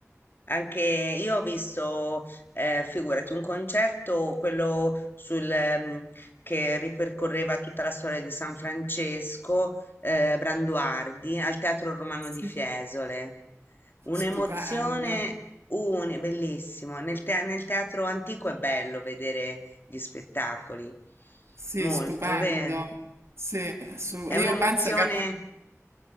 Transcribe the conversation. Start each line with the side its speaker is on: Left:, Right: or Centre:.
Left: Anche io ho visto, eh, figurati, un concerto, quello sul, ehm, che ripercorreva tutta la storia di San Francesco, eh, Branduardi, al Teatro Romano
Right: Sì.
Left: di Fiesole. Un'emozione
Right: Stupendo,
Left: unica, bellissimo. Nel, te- nel teatro antico è bello vedere gli spettacoli.
Right: sì,
Left: Molto,
Right: stupendo.
Left: vero?
Right: Sì, assu-
Left: È
Right: io
Left: un'emozione
Right: penso che